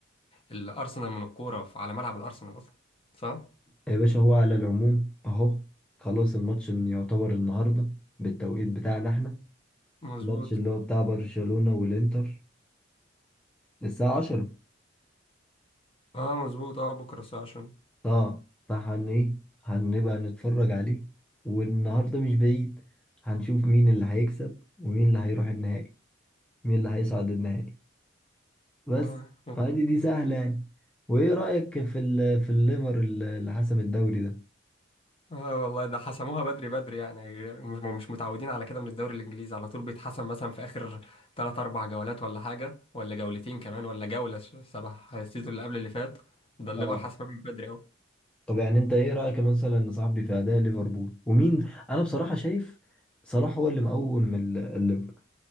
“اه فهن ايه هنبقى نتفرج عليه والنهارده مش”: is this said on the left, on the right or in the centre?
Centre